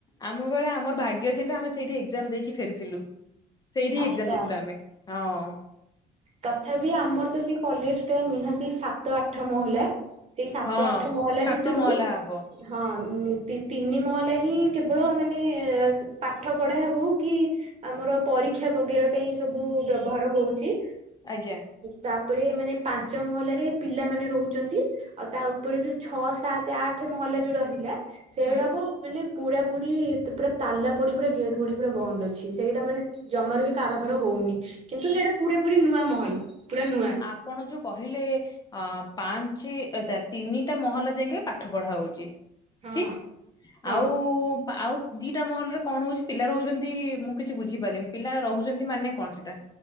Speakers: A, on the left (about 25°); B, on the right (about 40°).
A: ଆମ ବେଳେ ଆମର ଭାଗ୍ୟ ଥିଲା ଆମେ ସେଇଠି ଏକ୍ଜାମ ଦେଇକି ଫେରିଥିଲୁ। ସେଇଠି
B: ଆଚ୍ଛା।
A: ଏକ୍ଜାମ ଦେଇଥିଲୁ ଆମେ। ହଁଅଂ।
B: ତଥାପି ଆମର ତ ସେଇ କଲେଜ ଟା ନିହାତି ସାତ ଆଠ ମହଲା। ସେଇ ସାତ
A: ହଁ
B: ଆଠ ମହଲା
A: ସାତ
B: ଭିତରୁ
A: ମହଲା ହବ
B: ହଁ ନି ତି ତିନି ମହଲା ହିଁ କେବଳ ମାନେ ପାଠ ପଢ଼ା ହଉ କି ଆମର ପରୀକ୍ଷା ବଗେରା ପାଇଁ ସବୁ ବ୍ୟବହାର ହଉଚି।
A: ଆଜ୍ଞା।
B: ତାପରେ ମାନେ ପାଞ୍ଚ ମହଲାରେ ପିଲାମାନେ ରହୁଚନ୍ତି। ଆଉ ତା ଉପରେ ଯୋଉ ଛଅ ସାତ ଆଠ ମହଲା ଯୋଉ ରହିଲା ସେଗୁଡାକୁ
A: ହୁଁ
B: ମାନେ ପୁରା ପୁରୀ ଏତ ପୁରା ତାଲା ପଡି ପୁରା ଗେଟ୍ ପଡି ପୁରା ବନ୍ଦ ଅଛି ସେଇଟା ମାନେ ଜମାରୁ ବି କାରବାର ହଉନି। କିନ୍ତୁ ସେଇଟା ପୁରା ପୁରୀ ନୂଆ ମହଲ ପୁରା ନୂଆ।
A: ଆପଣ ଯୋଉ କହିଲେ ଅଂ ପାଞ୍ଚ ଏଇଥା ତିନିଟା ମହଲା ଯାକେ ପାଠ ପଢ଼ା ହଉଚି।
B: ହଁ
A: ଠିକ୍
B: ହଁ
A: ଆଉ <unintelligible> ଆଉ ଦିଟା ମହଲରେ କଣ ହଉଛି ପିଲା ରହୁଛନ୍ତି ମୁଁ କିଛି ବୁଝିପାରିଲିନି ପିଲା ରହୁଛନ୍ତି ମାନେ କଣ ସେଟା?